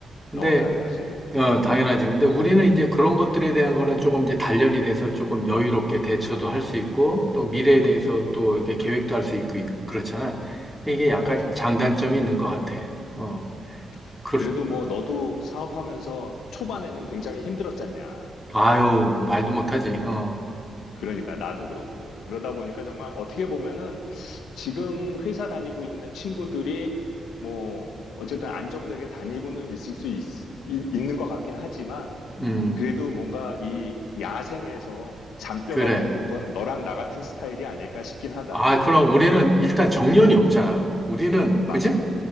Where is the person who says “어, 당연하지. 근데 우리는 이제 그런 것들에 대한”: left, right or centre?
Centre